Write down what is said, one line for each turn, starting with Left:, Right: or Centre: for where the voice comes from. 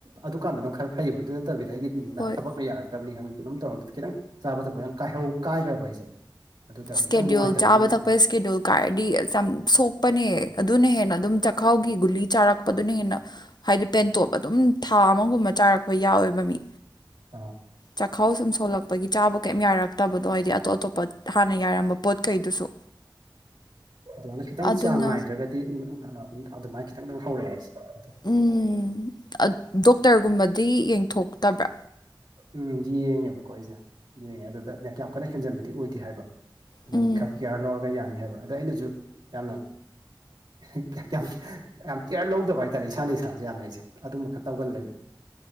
Right: ꯑꯗꯨꯀꯥꯟꯗꯅ ꯈꯔ ꯐꯩꯌꯦꯕ ꯑꯗꯨ ꯅꯠꯇꯕꯤꯗ ꯑꯩꯒꯤ
Left: ꯍꯣꯏ
Right: ꯊꯕꯛꯅ ꯌꯥꯔꯛꯇ ꯇꯕꯅꯤ ꯈꯪꯗꯦ ꯀꯩꯅꯣꯝ ꯇꯧꯔꯒ ꯈꯤꯇꯪ ꯆꯥꯕ ꯊꯛꯄ ꯀꯥꯏꯍꯧ ꯀꯥꯏꯈ꯭ꯔꯕ ꯑꯩꯁꯦ ꯑꯗꯨ ꯑꯣꯏ ꯇꯥꯔꯗꯤ
Left: ꯏꯁꯀꯦꯗꯨꯌꯨꯜ
Right: ꯈꯤꯇꯪ ꯅꯨꯡꯉꯥꯏꯇꯕꯁꯦ
Left: ꯆꯥꯕ
Right: ꯑꯗꯨꯝ
Left: ꯊꯛꯄ
Right: ꯑꯥ
Left: ꯏꯁꯀꯦꯗꯨꯨꯜ ꯀꯥꯏꯔꯗꯤ ꯑꯁ ꯌꯥꯝ ꯁꯣꯛꯄꯅꯦ ꯑꯗꯨꯅ ꯍꯦꯟꯅ ꯑꯗꯨꯝ ꯆꯈꯥꯎꯒꯤ ꯒꯨꯂꯤ ꯆꯥꯔꯛꯄꯗꯨꯅ ꯍꯦꯟꯅ ꯍꯥꯏꯗꯤ ꯄꯦꯟꯇꯣꯞ ꯑꯗꯨꯝ ꯊꯥ ꯑꯃꯒꯨꯝꯕ ꯆꯥꯔꯛꯄ ꯌꯥꯎꯋꯦꯕ ꯃꯤ
Right: ꯑꯥ
Left: ꯆꯥꯛꯈꯥꯎ ꯁꯨꯝ ꯁꯣꯜꯂꯛꯄꯒꯤ ꯆꯥꯕ ꯀꯩꯝ ꯌꯥꯔꯛ ꯐꯠꯇꯕꯗꯣ ꯍꯥꯏꯗꯤ ꯑꯇꯣꯞ ꯑꯇꯣꯞꯄ ꯍꯥꯟꯅ ꯌꯥꯔꯝꯕ ꯄꯣꯠ ꯈꯩꯗꯨꯁꯨ
Right: ꯑꯗꯨꯃꯥꯏꯅ ꯈꯤꯇꯪ
Left: ꯑꯗꯨꯅ
Right: ꯆꯥꯡ ꯅꯥꯏꯗ꯭ꯔꯒꯗꯤ ꯑꯗꯨꯃꯥꯏꯅ ꯈꯤꯇꯪ ꯈꯤꯇꯪ ꯍꯧꯔꯛꯑ ꯑꯩꯁꯦ ꯑꯗꯨꯝ
Left: ꯎꯝ ꯗꯣꯛꯇꯔꯒꯨꯝꯕꯗꯤ ꯌꯦꯡꯊꯣꯛꯇꯕ꯭ꯔꯥ
Right: ꯎꯝ ꯌꯦꯡꯉꯦꯕꯀꯣ ꯑꯩꯁꯦ ꯌꯦꯡꯉꯦ ꯑꯗꯨꯗ ꯀ ꯌꯥꯝ ꯀꯟꯅ ꯍꯦꯟꯖꯟꯕꯗꯤ ꯑꯣꯏꯗꯦ ꯍꯥꯏꯕ ꯑꯗꯨꯝ
Left: ꯎꯝ
Right: ꯈꯔ ꯀꯤꯌꯥꯔ ꯂꯧꯔꯒ ꯌꯥꯅꯤ ꯍꯥꯏꯕ ꯑꯗ ꯑꯩꯅꯁꯨ ꯌꯥꯝꯅ ꯌꯥꯝ ꯀꯩꯌꯥꯝ ꯌꯥꯝ ꯀꯤꯌ꯭ꯔ ꯂꯧꯗꯕ ꯍꯥꯏꯇꯥꯔꯦ ꯏꯁꯥꯅ ꯏꯁꯥꯁꯦ ꯌꯥꯝꯅ ꯑꯩꯁꯦ ꯑꯗꯨꯃ ꯈꯔ ꯇꯧꯒꯜꯂꯦꯕ